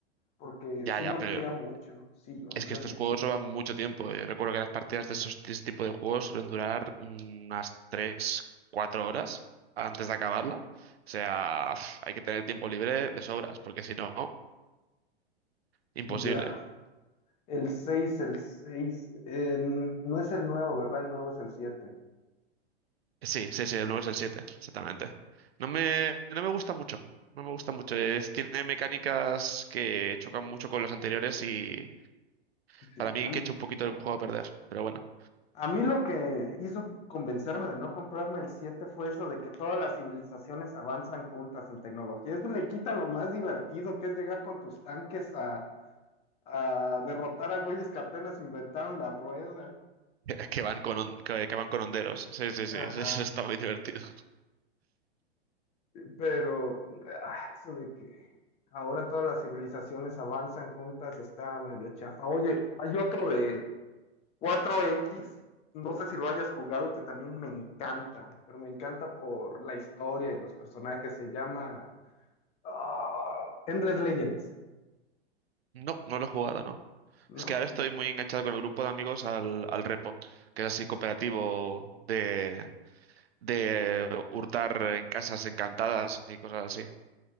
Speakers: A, on the left; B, on the right.
A: porque
B: ya,
A: sí
B: ya,
A: lo
B: pero
A: amplía mucho, sí lo amplía
B: Es que estos
A: muchísimo.
B: juegos llevan mucho tiempo. Yo recuerdo que las partidas de esos, de ese tipo de juegos suelen durar unas tres, cuatro horas antes de acabarla. O sea, uf, hay que tener tiempo libre de sobras, porque si no, imposible.
A: Ya, el seis, el 6, eh, no es el nuevo, ¿verdad? El nuevo es el 7.
B: Sí, sí, sí, el 9 es el 7, exactamente. No me, no me gusta mucho. No me gusta mucho. Es- tiene mecánicas que chocan mucho con los anteriores y
A: Sí,
B: para mí
A: ya,
B: que echa un poquito el juego a perder. Pero bueno.
A: A mí lo que hizo convencerme de no comprarme el 7 fue eso de que todas las civilizaciones avanzan juntas en tecnología. Eso le quita lo más divertido que es llegar con tus tanques a, a derrotar a güeyes que apenas inventaron la rueda.
B: <laughs> Que van con, on- que, que van con honderos. Sí, sí, sí,
A: Ajá.
B: <laughs> sí, eso está muy divertido.
A: Pero ah, eso de que ahora todas las civilizaciones avanzan juntas está medio chafa. Oye, hay otro de cuatro x no sé si lo hayas jugado, que también me encanta, pero me encanta por la historia y los personajes. Se llama ah, Endless Legends,
B: No, no lo he jugado, no.
A: ¿no?
B: Es que ahora estoy muy enganchado con el grupo de amigos al, al Repo, que es así cooperativo de, de hurtar en casas encantadas y cosas así.